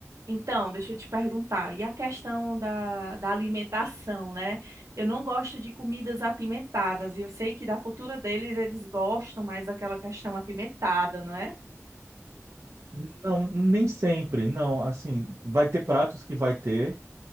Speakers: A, on the right; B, on the right.
A: então, deixa eu te perguntar. E a questão da, da alimentação, né? Eu não gosto de comidas apimentadas. E eu sei que da cultura deles, eles gostam mais daquela questão apimentada, não é?
B: Não, nem sempre, não. Assim, vai ter pratos que vai ter,